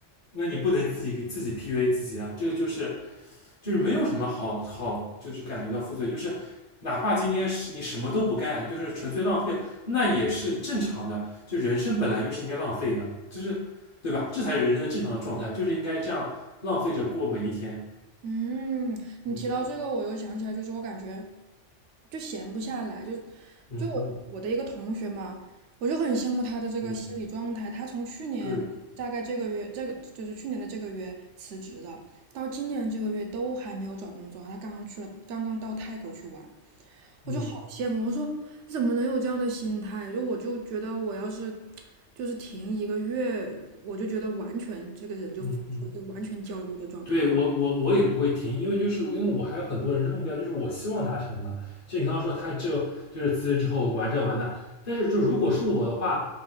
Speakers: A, on the left; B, on the right.
A: 那你不能自己给自己 PUA 自己啊。这个就是就是没有什么好好，就是感觉到负罪，就是哪怕今天是你什么都不干，就是纯粹浪费，那也是正常的。就人生本来就是应该浪费的，就是对吧？这才是人生的正常的状态，就是应该这样浪费着过每一天。
B: 嗯，你提到这个，
A: 嗯
B: 我又想起来，就是我感觉就闲不下来，就
A: 嗯嗯
B: 就我我的一个同学嘛，我就很羡慕他的这个心理状态。
A: 嗯。
B: 他从去年大概这个月，
A: 对，
B: 这个就是去年的这个月辞职的，到今年这个月都还没有找工作啊他刚刚去了，刚刚到泰国去玩，
A: 嗯
B: 好羡慕。我说怎么能有这样的心态？就我就觉得我要是就是停一个月，我就觉得完全这个人就处于一个完全焦虑的状态。
A: 嗯嗯，对我我我也不会停，因为就是因为我还有很多人生目标，就是我希望达成嘛。就你刚刚说他就就是辞职之后玩这玩那，但是就如果是我的话，